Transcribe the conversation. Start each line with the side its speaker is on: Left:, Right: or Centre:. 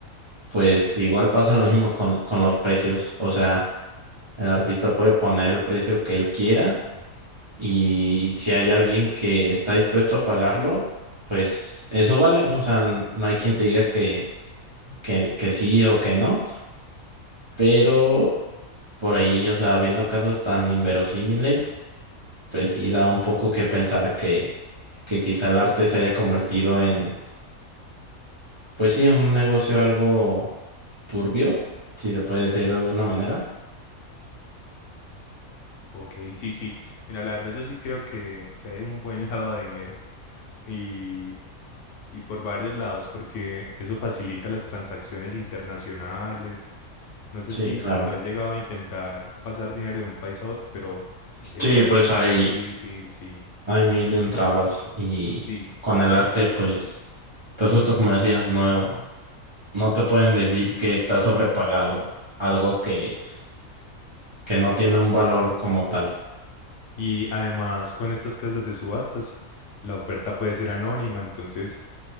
Right: pues igual pasa lo mismo con, con los precios, o sea, El artista puede poner el precio que él quiera y si hay alguien que está dispuesto a pagarlo, pues eso vale. O sea, n- no hay quien te diga que, que, que sí o que no, pero por ahí, o sea, viendo casos tan inverosímiles, pues sí da un poco que pensar que, que quizá el arte se haya convertido en, pues sí, un negocio algo turbio, si se puede decir de alguna manera.
Left: Ok, sí, sí. Mira, la verdad yo sí creo que, que hay un buen <laughs> lavado de dinero y, y por varios lados, porque eso facilita las transacciones internacionales, No sé
Right: Sí,
Left: si,
Right: claro.
Left: si tú has llegado a intentar pasar dinero de un país a otro, pero es
Right: Sí,
Left: bastante
Right: pues hay.
Left: difícil, sí,
Right: hay mil y un trabas y
Left: sí.
Right: con el arte, pues, pues justo como decía, no, no te pueden decir que está sobrepagado algo que, que no tiene un valor como tal.
Left: Y además con estas casas de subastas, la oferta puede ser anónima, entonces